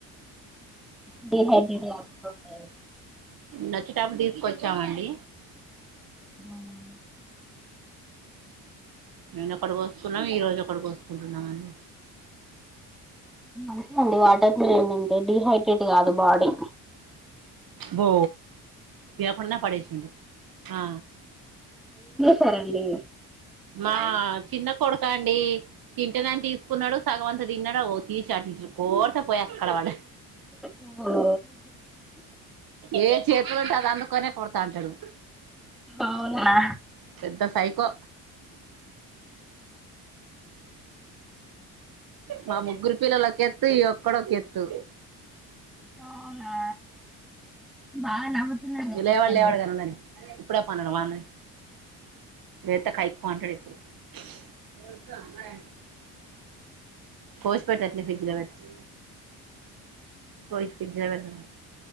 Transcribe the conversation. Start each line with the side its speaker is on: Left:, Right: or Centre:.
Centre: <unintelligible> డి హైడ్రెట్ <unintelligible>
Right: నచ్చేటబ్ప్పు తీసుకొచ్చామండి.
Centre: అవునా
Right: నిన్నక్కడ కోసుకున్నాం ఈ రోజు ఇక్కడ కోసుకుంటున్నామండి.
Centre: మంచిదండి వాటర్ంటే డిహైడ్రేట్ కాదు బాడీ
Right: బో ఏపన్న పడేసుండు ఆ
Centre: సరేలే
Right: మా చిన్న కొడుక అండి తింటనేని తీసుకున్నాడు సగవంత తిన్నాడు తీ షా అట్టలు కోరత పోయా అక్కడపడ
Centre: ఓ
Right: ఏ చేతులు ఉంటే అది అందుకనే కొర్తా అంటారు
Centre: అవునా
Right: పెద్ద సైకో మా ముగ్గురు పిల్లలు ఒకే ఒక్కడు ఒక ఎత్తు
Centre: అవునా బాగా నవ్వుతున్నారు కదా
Right: ఇ లేవాడు
Centre: పిల్లలు
Right: లేవాడు కాని ఉండని ఇప్పుడ పన్నడు పైనయే లేతే కైక్ అంటాడు ఇప్పుడు <unintelligible> కోసిపట్టచ్చండి ఫ్రిడ్జ్ లో పెట్టు కోసి ఫ్రిడ్జ్ లో పెట్టం